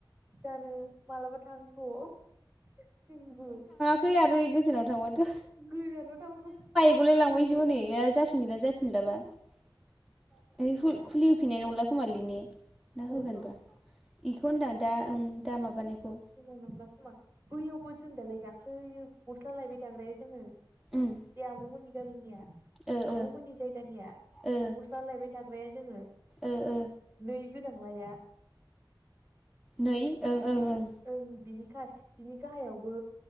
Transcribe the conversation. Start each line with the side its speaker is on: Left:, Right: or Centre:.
Right: जानो मालाबा थांथ' जोंबो।
Centre: गैय आरोै गोजानाव थांबाथ'
Right: गोजानाव थांबा
Centre: गलायलांबायसो हनै जाफिनगोन ना जाफिना
Right: दालाय
Centre: मोनलाबा
Right: मिथिला
Centre: खुलि होफिननाय नंला खोमालैने ना
Right: अबेखौ
Centre: होगोनबा इखौ होनदां दा ओं दा माबानायखौ
Right: खा नंलाखोमा बैयावबो जों दालाय गाख्लोयो। गस्ला लायबाय थाग्राया जोङो
Centre: उम
Right: बे आब'मोननि गामिनिया
Centre: ओ
Right: आबौमोननि
Centre: ओ
Right: जायगानिया
Centre: ओ
Right: गस्ला लायबाय था ग्राया जोङो
Centre: ओ ओ
Right: नै गोनांलाया
Centre: नै ओं ओं ओं
Right: ओं बिनिखाय बिनि गाहायावबो